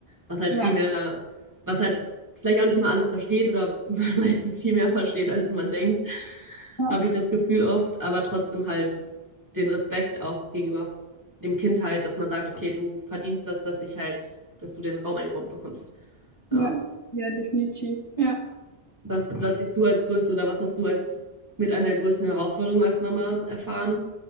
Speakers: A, on the right (about 20°); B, on the left (about 25°).
A: was halt
B: Ja,
A: viel mehr, was halt vielleicht auch nicht immer alles versteht oder <laughs> meistens viel mehr versteht, als man denkt,
B: ja,
A: habe ich das Gefühl oft. Aber trotzdem halt den Respekt auch gegenüber dem Kind halt, dass man sagt, okay, du verdienst das, dass ich halt, dass du den Raum eingeräumt bekommst.
B: ja,
A: Ja.
B: ja, definitiv. Ja.
A: Was, was siehst du als größte oder was hast du als mit einer der größten Herausforderung als Mama erfahren?